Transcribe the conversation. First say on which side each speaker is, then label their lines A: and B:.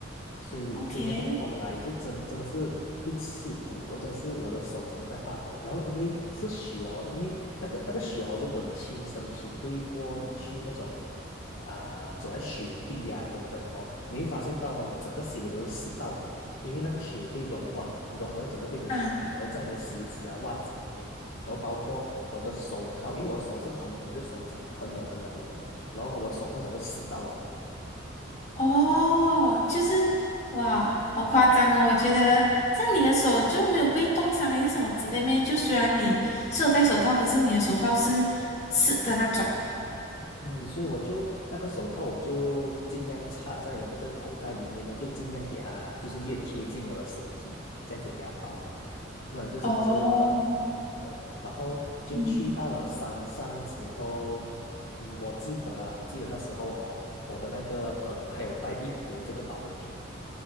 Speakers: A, on the left (about 80°); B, on the left (about 35°).
A: 所以所以那个风来就真真的是会刺骨，
B: ，OK，
A: 然后真的是我的手整个在发抖。然后因为是雪哦，因为那个那个雪哦，如果你亲身体会过，你去那种啊、走在雪地呀、等等哦，你会发现到哦，你整个鞋子都是湿到完的，因为那个雪会融化嘛，融了就整个变成水，
B: 啊。
A: 然后在你的鞋子啊、袜子里面。然后包括我的手套，因为我的手是很冷，就手掌很冷很冷很冷，然后我的手套整个湿到完了。
B: 哦，就是哇，好夸张哦！我觉得这样你的手就没有被冻伤还是什么之类咩？就虽然你是有戴手套，可是你的手套是湿的那种。
A: 嗯，所以我就那个手套，我就尽量插在我的这个口袋里面哦，就尽量给它，就是越贴近我的身体，这样子给它保暖，不然就真的是很冷。
B: 哦，
A: 嗯，然后就去到了山上之后，
B: 嗯，
A: 嗯，我记得啊，我记得那时候哦，我的那个朋友还有带一壶这个保温瓶，